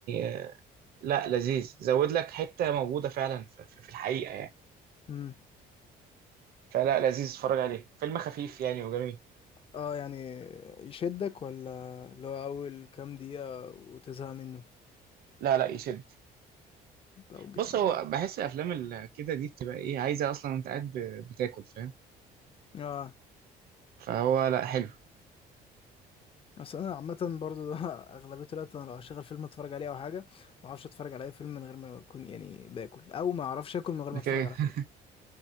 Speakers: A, on the right; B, on the left.
A: آه، لا لذيذ زود لك حتة موجودة فعلا في في- في الحقيقة يعني
B: امم
A: فلا لذيذ اتفرج عليه فيلم خفيف يعني وجميل
B: اه يعني يشدك ولا اللي هو اول كام دقيقة وتزهق منه
A: لا لا يشد
B: طب
A: بص
B: جامد
A: هو
B: ده
A: بحس الافلام اللي كده دي بتبقى ايه عايزه اصلا انت قاعد ب- بتاكل فاهم
B: اه
A: فهو لا حلو
B: بس انا عامة برضو ده <laughs> اغلبية الوقت انا لو هشغل فيلم اتفرج عليه او حاجة ما اعرفش اتفرج على اي فيلم من غير ما اكون يعني باكل او ما اعرفش اكل من غير
A: ده
B: ما اتفرج
A: كده
B: على فيلم
A: <laughs>